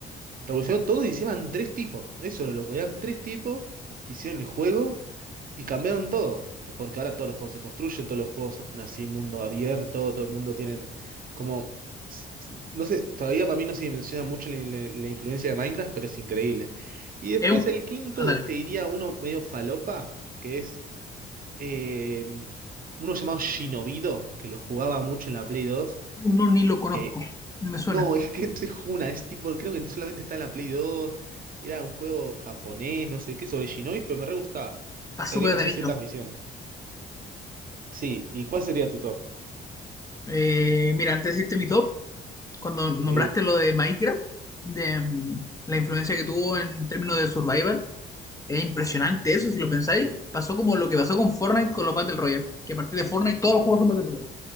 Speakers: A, on the right; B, on the left.
A: revolucionó todo y encima en tres tipos. Eso lo loco. Eran tres tipos que hicieron el juego y cambiaron todo. Porque ahora todos los juegos se construyen, todos los juegos son así, mundo abierto, todo el mundo tienen como. No sé, todavía para mí no se dimensiona mucho la, la- la influencia de Minecraft, pero es increíble. Y después
B: Es un...
A: el quinto,
B: Ah, dale.
A: te diría uno medio falopa, que es eh, uno llamado Shinobido, que lo jugaba mucho en la Play 2
B: No, ni lo conozco,
A: que
B: no me suena.
A: no, <laughs> es que no se juna, es tipo, creo que solamente está en la Play 2 era un juego japonés, no sé qué, sobre Shinobis, pero me re gustaba.
B: Está
A: Eh,
B: súper
A: Deja
B: de
A: 600
B: nicho.
A: misiones. Sí, ¿y cuál sería tu top?
B: Eh, mira, antes de decirte mi top, cuando nombraste
A: Sí,
B: lo de Minecraft, de mm, la influencia que tuvo en términos de survival, es impresionante eso, si lo pensáis. Pasó como lo que pasó con Fortnite con los Battle Royale, que a partir de Fortnite todos los juegos son Battle Royale,